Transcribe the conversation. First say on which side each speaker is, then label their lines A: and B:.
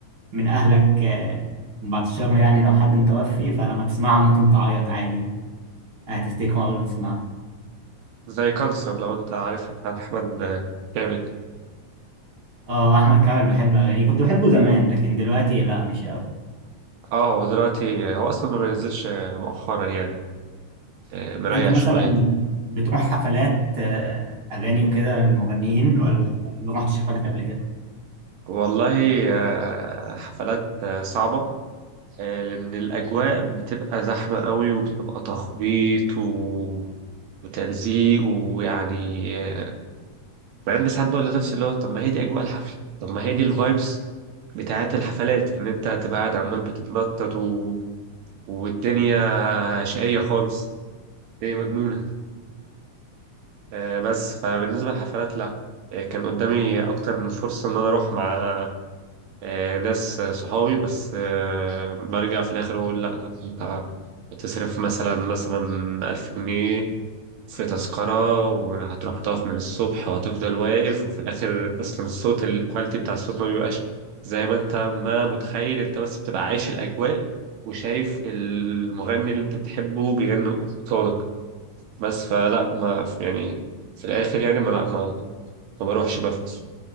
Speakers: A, on the right; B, on the right.
A: من اهلك آه، من بعد الشر يعني لو حد متوفي فلما تسمعها ممكن تعيط عادي هتفتكره اول ما تسمعها
B: زي كانسر لو انت عارفها بتاعت احمد كامل
A: اه احمد كامل بحب اغانيه كنت بحبه زمان لكن دلوقتي لا مش قوي
B: اه هو دلوقتي هو اصلا ما بينزلش مؤخرا يعني آه، مريح
A: انت مثلا
B: شوية
A: بتروح حفلات آه، اغاني وكده للمغنيين ولا ما رحتش حفلات قبل كده
B: والله آه، حفلات آه، صعبة آه، لأن الأجواء بتبقى زحمة قوي وبتبقى تخبيط و... وتلزيق ويعني آه، مع إن ساعات بقول لنفسي اللي هو طب ما هي دي أجواء الحفل طب ما هي دي الفايبس بتاعت الحفلات ان انت هتبقى قاعد عمال بتتنطط و... والدنيا شقية خالص الدنيا مجنونة آه، بس فبالنسبة للحفلات لا آه، كان قدامي اكتر من فرصة ان انا اروح مع آه، ناس آه، صحابي بس آه، برجع في الاخر اقول لا لا انت هتصرف مثلا مثلا 1000 جنيه في تذكرة وهتروح تقف من الصبح وهتفضل واقف وفي الآخر أصلا الصوت الكواليتي بتاع الصوت ما بيبقاش زي ما أنت ما متخيل أنت بس بتبقى عايش الأجواء وشايف المغني اللي أنت بتحبه بيغني قصادك بس فلا ما يعني في الآخر يعني ما لا ما ما بروحش بفكس